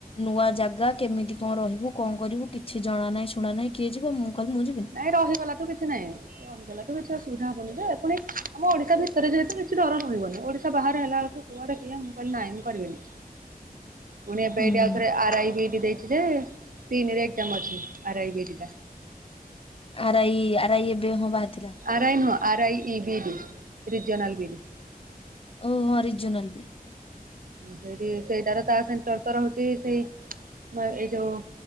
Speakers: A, on the left (about 35°); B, on the right (about 60°).
A: ନୂଆଁ ଜାଗା କେମିତି କଣ ରହିବୁ କଣ କରିବୁ କିଛି ଜଣା ନାହିଁ ଶୁଣା ନାହିଁ କିଏ ଯିବ ମୁଁ କହିଲି ମୁଁ ଯିବିନି।
B: ନାଇଁ ରହିଗଲା ଠୁ କିଛି ନାହିଁ। ରହିଗଲା ଠୁ କିଛି ଅସୁବିଧା ହବନି ଯେ ପୁଣି ଆମ ଓଡିଶା ଭିତରେ ଯେହେତୁ କିଛି ଡର ରହିବନି ଓଡିଶା ବାହାରେ ହେଲା ବେଳକୁ କୁଆଡେ କିଏ ମୁଁ କହିଲି ନାଇଁ ମୁଁ କରିବିନି। ପୁଣି ଏବେ
A: ହୁଁ
B: ଏଇଠି ଆଉ ଥରେ ଆର୍ ଆଇ ବିଇଡି ଦେଇଛି ଯେ ତିନିରେ ଏଜ୍ଜାମ୍ ଅଛି ଆରାଇ ବିଇଡି ଟା।
A: ଆରାଇ ଆରାଇ ଏବେ ହଁ ବାହାରିଥିଲା।
B: ଆରାଇ ନୁହଁ ଆରାଇ E B D regional B D.
A: ଓହୋ ହରିଜୁନାଲ୍ ବିଡି।
B: ଉଁ ସେଇଠି ସେଇଟାର ତା ସେଣ୍ଟର ତ ରହୁଛି ସେଇ ମ ଏଇ ଯୋଉ